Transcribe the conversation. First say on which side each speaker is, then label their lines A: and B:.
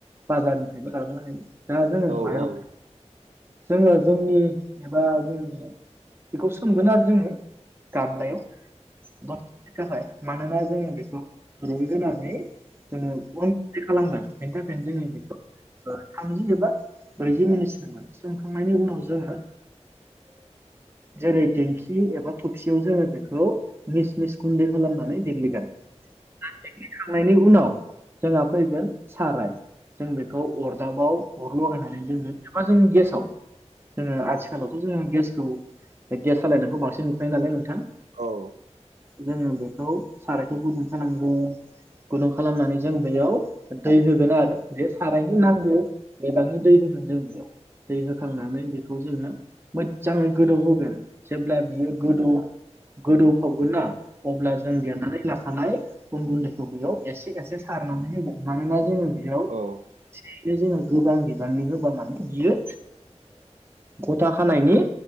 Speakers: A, on the right; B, on the right.
A: बाजारनिफ्रायबो लाबोनो हायो दा जोङो
B: औ
A: माइरं
B: औ
A: जोङो जोंनि एबा जोंनि बेखौ सोमगोन आरो जोङो गामलायाव दसे समनि थाखाय मानोना जोङो बेखौ रुइग्रोनानै जोङो अन गुनदै खालामगोन बेनि थाखायनो जोङो बेखौ थामजि एबा ब्रैजि मिनिट सोंगोन सोमखांनायनि उनाव जोङो जेरै दिंखि एबा थबसियाव जोङो बेखौ मिस मिस गुन्दै खालामनानै देग्लिगोन देग्लि खांनायनि उनाव जोंहा फैगोन साराय जों बेखौ अरदाबाव अर लगायनानै दोनो एबा जोंङो गेस जोङो आथिखालावथ' जोङो गेसखौ गेस सालायनायखौ बांसिन नुखायो नालाय नोंथां
B: औ
A: जोङो बेखौ सारायखौ गुदुं खालामगोन गुदुं खालामनानै जों बेयाव दै होगोन आरो। जे सारायनो नांगौ बिबाङैनो दै होगोन जों बेयाव। दै होखांनानै बेखौ जोङो मोजाङै गोदौ होगोन जेब्ला बियो गोदौ गोदौ खावगोन ना अब्ला जों देनानै लाखानाय अन गुन्दैखौ बेयाव एसे एसे सारनानै होगोन मानोना जोङो बेयाव
B: औ
A: बे जोंहा गोबां बिबाननि होबा माने बियो गथा खानायनि